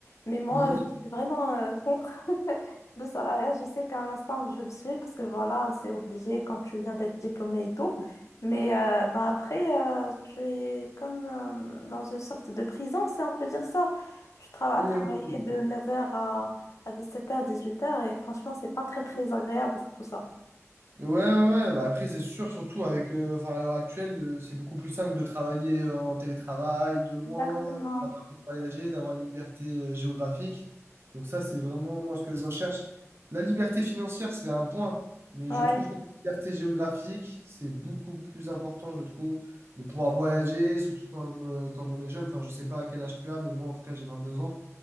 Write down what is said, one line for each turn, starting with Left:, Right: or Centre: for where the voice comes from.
Left: mais moi
Right: Mhm.
Left: je suis vraiment euh, contre <laughs> le salariat je sais qu'à l'instant je le suis parce que voilà c'est obligé quand tu viens d'être diplômé et tout mais euh, ben après euh, tu es comme euh, dans une sorte de prison si on peut dire ça tu travailles
Right: Oui,
Left: à travailler
Right: oui, oui.
Left: de 9h à 17h, 18h, et franchement, c'est pas très, très agréable, tout ça.
Right: Ouais, ouais, ouais. Bah après, c'est sûr, surtout avec, euh, enfin, à l'heure actuelle, euh, c'est beaucoup plus simple de travailler euh, en télétravail, de loin.
Left: Exactement.
Right: Ça permet de voyager, d'avoir une liberté euh, géographique. Donc ça, c'est vraiment moi ce que je recherche. La liberté financière, c'est un point, mais
Left: Ouais.
Right: je trouve que la liberté géographique, c'est beaucoup plus important, je trouve, de pouvoir voyager, surtout quand, euh, quand on est jeune. Enfin, je sais pas à quel âge tu as, mais moi, en tout cas, j'ai 22 ans.